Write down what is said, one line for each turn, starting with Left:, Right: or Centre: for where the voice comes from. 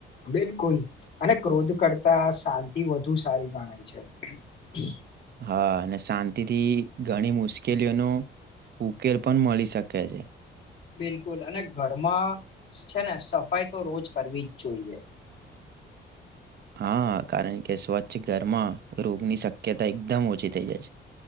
Left: બિલકુલ અને ક્રોધ કરતા શાંતિ વધુ સારી ગણાય છે.
Right: હ અને શાંતિથી ઘણી મુશ્કેલીઓનું ઉકેલ પણ મળી શકે છે.
Left: બિલકુલ અને ઘરમાં છે, ને સફાઈ તો રોજ કરવી જ જોઈએ. <unintelligible> <inaudible>
Right: હા કારણ કે સ્વચ્છ ઘરમાં રોગની શક્યતા એકદમ ઓછી થઈ જાય છે.